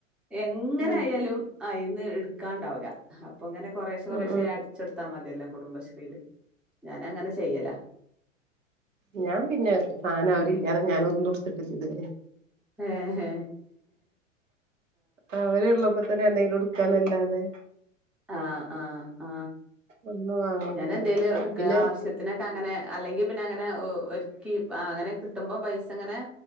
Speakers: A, in the centre; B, on the right (about 70°).
A: എങ്ങനെ
B: ഉം
A: ആയാലും ആ ഇന്ന് എടു നക്കാണ്ടാവില്ല അപ്പൊ ഇങ്ങനെ കുറേശേ കുറേശേ
B: ഉം ഉം
A: അടച്ചെടുത്താ മതി ഇതെല്ലാം കുടുംബശ്രീയില് ഞാനങ്ങനെ ചെയ്യലാ
B: ഞാൻ പിന്നെ സാന അവരില്ലതെ ഞാൻ ഒന്നും ഉടുത്തിട്ടില്ല ഇതുവരെ
A: ഹഹ് ഹ
B: അവര്ള്ളപ്പോ തന്നെ എന്തെങ്കിലും ഉടുക്കാനാലാതെ അതെ
A: ആ ആ ആ
B: ഒന്നും വാങ്ങലില്ല
A: ഞാൻ എന്തേലും എടുക്ക
B: പിന്നെ
A: ആവശ്യത്തിനൊക്കെ അങ്ങനെ അല്ലെങ്കി പിന്നെ അങ്ങനെ ഒരുക്കി അങ്ങനെ കിട്ടുമ്പോ പൈസ ഇങ്ങനെ